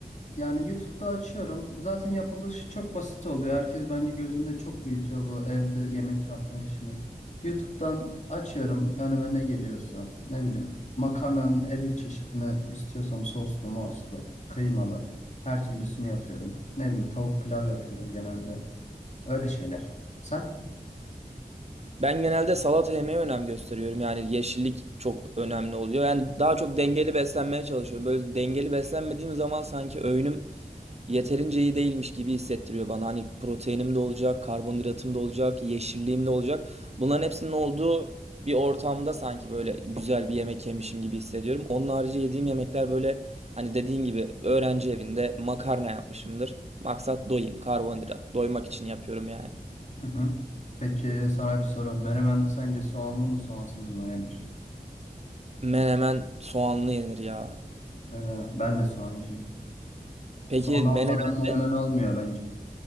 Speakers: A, on the left; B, on the right.
A: yani YouTube'da açıyorum. Zaten yapılışı çok basit oluyor. Herkes bence gözünde çok büyütüyor bu evde yemek yapma işini. YouTube'dan açıyorum önüme ne geliyorsa. Ne bileyim makarnanın 50 çeşidini istiyorsam soslu, moslu, kıymalı her türlüsünü yapıyorum. Ne bileyim tavuk pilav yapıyorum genelde. Öyle şeyler. Sen?
B: Ben genelde salata yemeye önem gösteriyorum. Yani yeşillik çok önemli oluyor. Yani daha çok dengeli beslenmeye çalışıyorum. Böyle dengeli beslenmediğim zaman sanki öğünüm yeterince iyi değilmiş gibi hissettiriyor bana. Hani proteinim de olacak, karbonhidratım da olacak, yeşilliğim de olacak. Bunların hepsinin olduğu bir ortamda sanki böyle güzel bir yemek yemişim gibi hissediyorum. Onun harici yediğim yemekler böyle hani dediğin gibi öğrenci evinde makarna yapmışımdır. Maksat doyayım, karbonhidrat. Doymak için yapıyorum yani.
A: Hı hı. Peki sana bir soru. Menemen sence soğanlı mı soğansız mı yenir?
B: Menemen soğanlı yenir ya.
A: Öyle mi? Ben de soğancıyım.
B: Peki
A: Soğan
B: menemende
A: almadan menemen olmuyor bence.